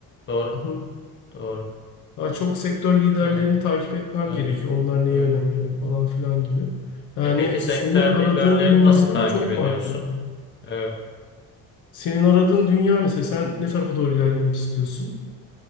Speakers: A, on the left; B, on the left.
A: Doğru.
B: Hı hı.
A: Doğru.
B: Daha çok sektör liderlerini
A: Evet.
B: takip etmem
A: Evet.
B: gerekiyor. Onlar neye
A: Evet.
B: önem veriyor falan filan gibi. Yani
A: E peki sektör
B: senin aradığın
A: liderlerini
B: dünyadan
A: nasıl takip
B: çok
A: ediyorsun?
B: farklı.
A: Evet.
B: Senin aradığın dünya mesela sen ne tarafa doğru ilerlemek istiyorsun?